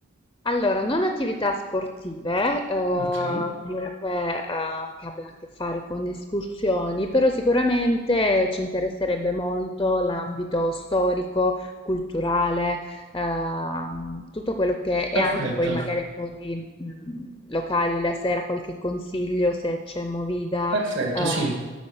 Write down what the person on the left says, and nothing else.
Allora, non attività sportive, eh,
comunque eh, che abbiano a che fare con escursioni, però sicuramente ci interesserebbe molto l'ambito storico, culturale, ehm, tutto quello che è
anche poi magari un po' di mh, locali la sera, qualche consiglio se c'è movida,
eh,